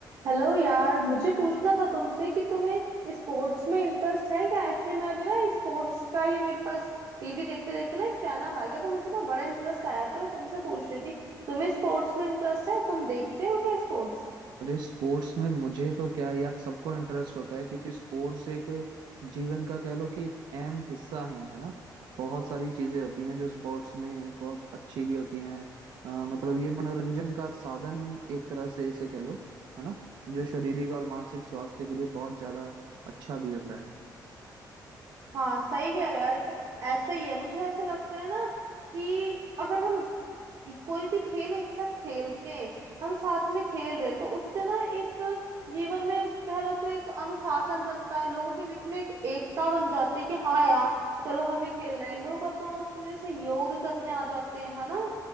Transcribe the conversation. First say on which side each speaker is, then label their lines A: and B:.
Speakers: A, on the right; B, on the right.
A: हेलो यार मुझे पूछना था तुमसे कि तुम्हें स्पोर्ट्स में इंटरेस्ट है क्या एक्चुअली मैं अभी ना एक स्पोर्ट्स का ही मेरे पास टीवी देखते देखते ना एक चैनल आ गया तो मुझे ना बड़ा इंटरेस्ट आया तो मैं तुमसे पूछ रही थी तुम्हें स्पोर्ट्स में इंटरेस्ट है तुम देखते हो क्या स्पोर्ट्स
B: अरे स्पोर्ट्स में मुझे तो क्या यार सबको इंटरेस्ट होता है क्योंकि स्पोर्ट्स एक जीवन का कह लो कि एक अहम हिस्सा है है ना बहुत सारी चीजें होती हैं जो स्पोर्ट्स में बहुत अच्छी भी होती हैं अ, मतलब ये मनोरंजन का साधन एक तरह से इसे कह लो है ना जो शारीरिक और मानसिक स्वास्थ्य के लिए बहुत ज्यादा अच्छा भी होता है
A: हाँ सही कह रहे हो यार ये तो ऐसा ही है मुझे ऐसा लगता है ना कि अगर हम ये कोई भी खेल एक साथ खेलते हैं हम साथ में खेल रहे तो उससे ना एक जीवन में कह लो तो एक अनुशासन बनता है लोगों के बीच में एक एकता बन जाती है कि हाँ यार चलो हमें खेलना है लोग अपना उसमें सहयोग करने आ जाते हैं है ना